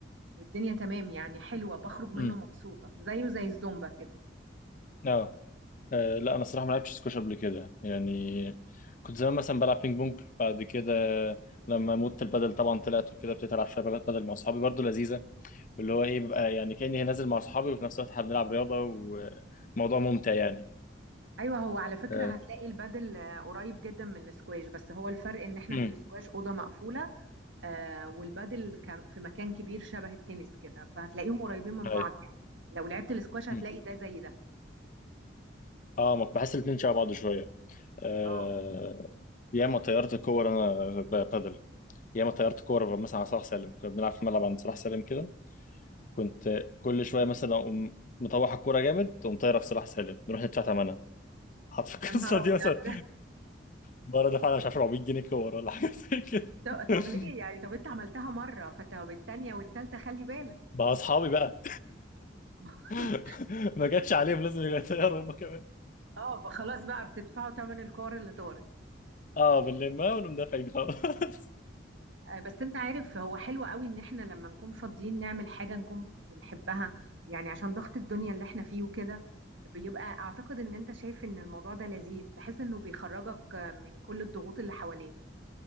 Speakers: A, on the right; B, on the left.
A: والدنيا تمام يعني حلوة بخرج منه
B: مم.
A: مبسوطة زيه زي الزومبا كده
B: اه آه لا انا الصراحه ما لعبتش سكواش قبل كده يعني كنت زمان مثلا بلعب بينج بونج بعد كده لما موت البدل طبعا طلعت وكده ابتديت العب شويه بدل مع اصحابي برضو لذيذه اللي هو ايه بيبقى يعني كاني نازل مع اصحابي وفي نفس الوقت احنا بنلعب رياضه وموضوع ممتع يعني
A: ايوه هو على فكرة
B: اه
A: هتلاقي البادل آه، قريب جدا من الاسكواش بس هو الفرق ان احنا
B: امم
A: في الاسكواش أوضة مقفولة آه، والبادل ك- في مكان كبير شبه التنس كده فهتلاقيهم قريبين من
B: ايوه
A: بعض يعني لو لعبت الاسكواش هتلاقي
B: أمم.
A: ده زي ده
B: اه ما بحس الاثنين شبه بعض شويه آه
A: اه
B: ياما طيرت كور انا ب- بدل ياما طيرت كور مثلا على صلاح سالم كنا بنلعب في ملعب عند صلاح سالم كده كنت كل شويه مثلا اقوم مطوح الكوره جامد تقوم طايره في صلاح سالم نروح ندفع ثمنها حط في القصه
A: يا نهار
B: دي
A: ابيض
B: مثلا مره دفعنا مش عارف 400 جنيه كوره ولا حاجه زي كده
A: <laughs> طب
B: <laughs>
A: طب ليه يعني طب انت عملتها مرة فطب التانية والتالتة خلي بالك
B: مع اصحابي بقى
A: <laughs>
B: <laughs> ما جاتش عليهم لازم يغيروا هم كمان
A: اه فخلاص بقى بتدفعوا تمن الكور اللي طارت
B: اه بنلمها ونقوم دافعين خلاص
A: آه، بس انت عارف هو حلو قوي ان احنا لما نكون فاضيين نعمل حاجة نكون بنحبها يعني عشان ضغط الدنيا اللي احنا فيه وكده بيبقى اعتقد ان انت شايف ان الموضوع ده لذيذ تحس انه بيخرجك آه، من كل الضغوط اللي حواليك